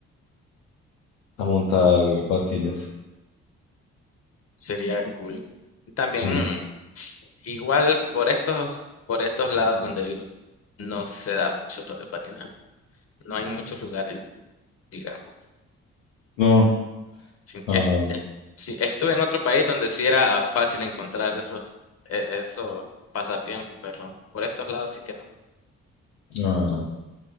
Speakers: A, on the left (about 85°); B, on the left (about 40°).
A: a montar patines.
B: sería cool. También,
A: Sí.
B: mm, igual por estos, por estos lados donde vivo, no se da mucho lo de patinar. No hay muchos lugares, digamos.
A: No.
B: Sí,
A: Ah,
B: es- es- sí, estuve en otro país donde sí era fácil encontrar esos, e- esos pasatiempos, pero por estos lados sí que no.
A: ah,